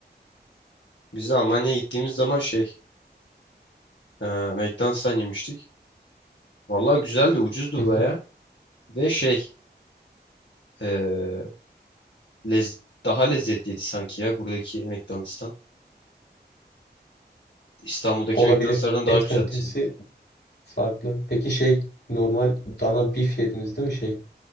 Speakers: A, on the left; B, on the left.
A: biz de Almanya'ya gittiğimiz zaman şey e, McDonald's'tan yemiştik. Vallahi güzeldi, ucuzdu
B: Hı hı.
A: baya. Ve şey e, lez- daha lezzetliydi sanki ya buradaki McDonald's'tan. İstanbul'daki
B: Olabilir.
A: McDonald's'lardan
B: Et
A: daha güzeldi
B: kalitesi
A: sanki.
B: farklı. Peki şey normal dana bif yediniz değil mi şey?